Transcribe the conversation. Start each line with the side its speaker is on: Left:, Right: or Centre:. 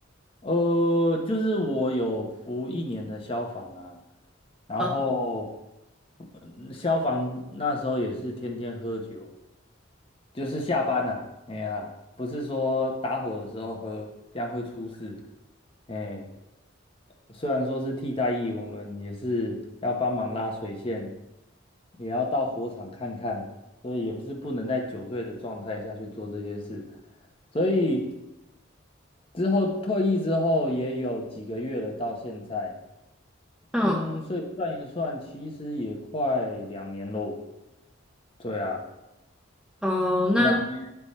Left: 呃，就是我有服一年的消防啊，然后
Centre: 呃，
Left: 嗯消防那时候也是天天喝酒，就是下班呐、啊哎呀，不是说打火的时候喝，这样会出事。哎，虽然说是替代役，我们也是要帮忙拉水线，也要到火场看看，所以也不是不能在酒醉的状态下去做这些事。所以之后退役之后也有几个月了，到现在，
Centre: 嗯，
Left: 嗯，所以算一算，其实也快两年喽。对啊，
Centre: 哦，那
Left: 两年